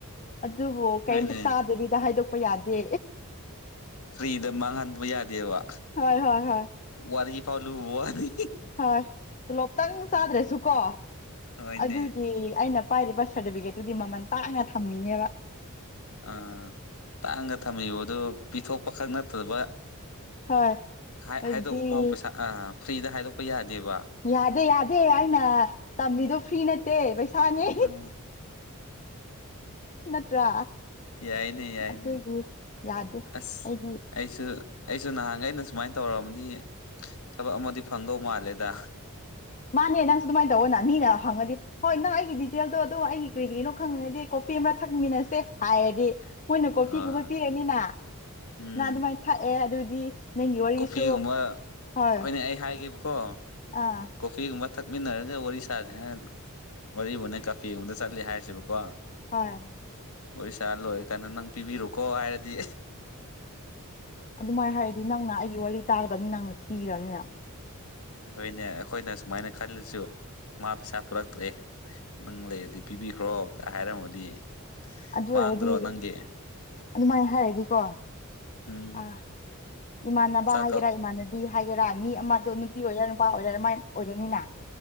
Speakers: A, on the left; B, on the left.
A: ꯑꯗꯨꯕꯨ
B: ꯍꯣꯏꯅꯦ
A: ꯀꯩꯝꯇ ꯆꯥꯗꯕꯤꯗ ꯍꯥꯏꯗꯣꯛꯄ ꯌꯥꯗꯦ
B: ꯐ꯭ꯔꯤꯗ ꯃꯥꯡꯍꯟꯕ ꯌꯥꯗꯦꯕ
A: ꯍꯣꯏ ꯍꯣꯏ ꯍꯣꯏ
B: ꯋꯥꯔꯤ ꯐꯥꯎꯂꯨ ꯋꯥꯅꯤ
A: ꯍꯣꯏ ꯇꯣꯂꯣꯞꯇꯪ ꯆꯥꯗ꯭ꯔꯁꯨꯀꯣ
B: ꯍꯣꯏꯅꯦ
A: ꯑꯗꯨꯒꯤ ꯑꯩꯅ ꯄꯥꯏꯔꯤꯕ ꯁꯔꯇꯤꯐꯤꯀꯦꯠꯇꯨꯗꯤ ꯃꯃꯟ ꯇꯥꯡꯅ ꯊꯝꯃꯤꯅꯦꯕ
B: ꯑꯥ ꯇꯥꯡꯅꯥ ꯊꯝꯃꯤꯕ ꯑꯗꯨ ꯄꯤꯊꯣꯛꯄꯈꯛ ꯅꯠꯇꯕ
A: ꯍꯣꯏ
B: ꯍꯥ
A: ꯑꯩꯗꯤ
B: ꯍꯥꯏꯗꯣꯛꯄ ꯐꯥꯎ ꯄꯩꯁꯥ ꯑꯥ ꯐ꯭ꯔꯤꯗ ꯍꯥꯏꯗꯣꯛꯄ ꯌꯥꯗꯦꯕ
A: ꯌꯥꯗꯦ ꯌꯥꯗꯦ ꯑꯩꯅ ꯇꯝꯃꯤꯗꯣ ꯐ꯭ꯔꯤ ꯅꯠ ꯇꯦ ꯄꯩꯁꯥꯅꯦ
B: ꯎꯝ
A: ꯅꯠꯇ꯭ꯔꯥ
B: ꯌꯥꯏꯅꯦ ꯌꯥꯏꯅꯦ
A: ꯑꯗꯨꯒꯤ ꯌꯥꯗꯦ
B: ꯑꯁ
A: ꯑꯩꯗꯤ
B: ꯑꯩꯁꯨ ꯑꯩꯁꯨ ꯅꯍꯥꯟꯒꯩꯅ ꯁꯨꯃꯥꯏ ꯇꯧꯔꯃꯗꯤ ꯊꯕꯛ ꯑꯃꯗꯤ ꯐꯪꯗꯧ ꯃꯥꯜꯂꯦꯗ
A: ꯃꯥꯅꯦ ꯅꯪꯁꯨ ꯑꯗꯨꯃꯥꯏ ꯇꯧꯋꯣꯅ ꯃꯤꯅ ꯍꯪꯉꯗꯤ ꯍꯣꯏ ꯅꯪ ꯑꯩꯒꯤ ꯗꯤꯇꯦꯜꯗꯣ ꯑꯗꯨ ꯑꯩꯒꯤ ꯀꯔꯤ ꯀꯔꯤꯅꯣ ꯈꯪꯅꯤꯡꯉꯗꯤ ꯀꯣꯐꯤ ꯑꯃ ꯊꯛꯃꯤꯟꯅꯁꯦ ꯍꯥꯏꯔꯗꯤ ꯃꯣꯏꯅ ꯀꯣꯐꯤꯒꯨꯝꯕ
B: ꯑꯥ
A: ꯄꯤꯔꯅꯤꯅ
B: ꯎꯝ
A: ꯅꯪ ꯑꯗꯨꯃꯥꯏ ꯊꯛꯑꯦ ꯑꯗꯨꯗꯤ ꯅꯪꯒꯤ ꯋꯥꯔꯤꯁꯨ
B: ꯀꯣꯐꯤꯒꯨꯝꯕ
A: ꯍꯣꯏ
B: ꯍꯣꯏꯅꯦ ꯑꯩ ꯍꯥꯏꯒꯦꯕꯀꯣ
A: ꯑꯥ
B: ꯐꯤꯒꯨꯝꯕ ꯊꯛꯃꯤꯟꯅꯔꯒ ꯋꯥꯔꯤ ꯁꯥꯥꯖꯦ ꯍꯥꯏꯔ ꯋꯥꯔꯤꯕꯨꯅꯦ ꯀꯥꯐꯦꯒꯨꯝꯕꯗ ꯆꯠꯂꯦ ꯍꯥꯏꯔꯁꯦꯕꯀꯣ
A: ꯍꯣꯏ
B: ꯋꯥꯔꯤ ꯁꯥꯥ ꯂꯣꯏꯔꯀꯥꯟꯗ ꯅꯪ ꯄꯤꯕꯤꯔꯣꯀꯣ ꯍꯥꯏꯔꯗꯤ
A: ꯑꯗꯨꯃꯥꯏ ꯍꯥꯏꯔꯗꯤ ꯅꯪꯅ ꯑꯩꯒꯤ ꯋꯥꯔꯤ ꯇꯥꯒꯗꯕꯅꯤ ꯅꯪꯅ ꯄꯤ <unintelligible>
B: ꯑꯈꯣꯏꯅꯦ ꯑꯩꯈꯣꯏꯅ ꯁꯨꯃꯥꯏꯅ ꯈꯜꯂꯁꯨ ꯃꯥ ꯄꯩꯁꯥ ꯄꯨꯔꯛꯔꯛꯇ꯭ꯔꯦ ꯅꯪ ꯂꯩꯔꯗꯤ ꯄꯤꯕꯤꯈ꯭ꯔꯣ ꯀꯥꯏ ꯍꯥꯏꯔꯝꯃꯗꯤ
A: ꯑꯗꯨ
B: ꯃꯥꯡꯗ꯭ꯔꯣ
A: ꯑꯣꯏꯔꯗꯤ
B: ꯅꯪꯒꯤ
A: ꯑꯗꯨꯃꯥꯏ ꯍꯥꯏꯔꯗꯤꯀꯣ
B: ꯎꯝ
A: ꯑ ꯏꯃꯥꯟꯅꯕ
B: ꯆꯥꯛ
A: ꯍꯥꯏꯒꯦꯔꯥ
B: ꯀꯧ
A: ꯏꯃꯥꯟꯅꯕꯤ ꯍꯥꯏꯒꯦꯔꯥ ꯃꯤ ꯑꯃꯗꯣ ꯅꯨꯄꯤ ꯑꯣꯏꯒꯦꯔꯥ ꯅꯨꯄꯥ ꯑꯣꯏꯔꯥ ꯃꯥꯏ ꯑꯣꯏꯔꯅꯤꯅ